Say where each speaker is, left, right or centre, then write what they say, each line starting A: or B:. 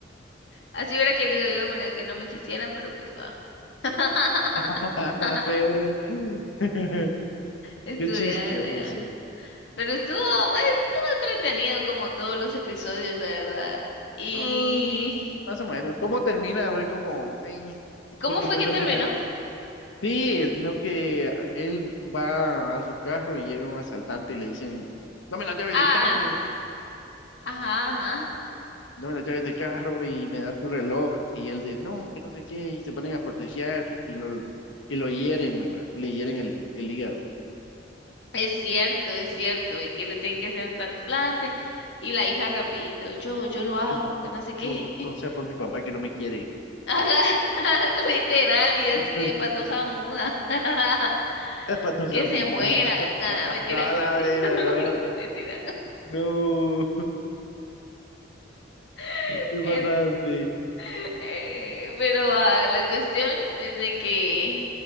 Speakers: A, on the left; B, on the left.
A: Así hubiera querido yo, mira, que no me quisieran, pero pues va. <laughs>
B: <laughs> Feo, güey. <laughs>
A: Estudiar,
B: Qué chistoso.
A: Pero estuvo, bueno, estuvo entretenido como todos los episodios, la verdad. ¿Y
B: Mm, más o menos. ¿Cómo termina? Fue como, "Meh",
A: cómo
B: porque
A: fue
B: pues
A: que
B: al
A: terminó?
B: final. Sí, no que él va a su carro y llega un asaltante y le dicen, dame las llaves
A: Ah,
B: del carro.
A: ajá, ajá.
B: dame las llaves del carro y me da tu reloj. Y él de, no, que no sé qué, y se ponen a forcejear y lo, y lo hieren, ¿verdad? Le hieren el, el hígado.
A: Es cierto, es cierto. Y que le tienen que hacer un trasplante. Y la hija rapidito, yo, yo lo hago,
B: Yo,
A: que no sé qué.
B: yo,
A: <laughs>
B: no sea por mi papá que no me quiere.
A: Ajá, <laughs> literal, y así
B: <laughs>
A: de patoja muda. <laughs>
B: Pato Jamón.
A: Que se muera.
B: <laughs>
A: Nada, mentira.
B: A la
A: <laughs>
B: vera, no.
A: No, mentira.
B: No.
A: <laughs>
B: Te mataste.
A: Eh, pero ah, la cuestión es de que